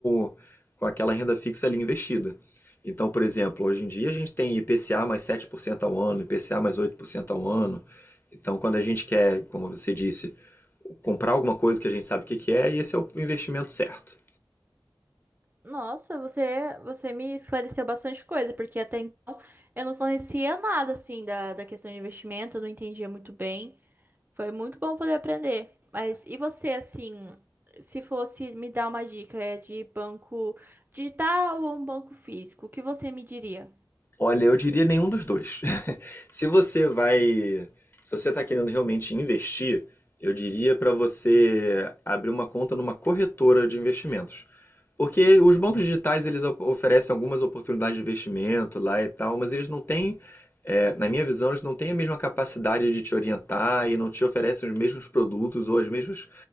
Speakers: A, on the left; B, on the right.
A: o- com aquela renda fixa ali investida. Então, por exemplo, hoje em dia a gente tem IPCA mais 7% ao ano, IPCA mais 8% ao ano. Então, quando a gente quer, como você disse, comprar alguma coisa que a gente sabe o que que é, esse é o investimento certo.
B: Nossa, você, você me esclareceu bastante coisa, porque até então eu não conhecia nada, assim, da, da questão de investimento, eu não entendia muito bem. Foi muito bom poder aprender. Mas e você, assim, se fosse me dar uma dica é de banco digital ou um banco físico, o que você me diria?
A: Olha, eu diria nenhum dos dois. <laughs> Se você vai, se você está querendo realmente investir, eu diria para você abrir uma conta numa corretora de investimentos. Porque os bancos digitais eles op- oferecem algumas oportunidades de investimento lá e tal, mas eles não têm, é, na minha visão, eles não têm a mesma capacidade de te orientar e não te oferecem os mesmos produtos ou as mesmas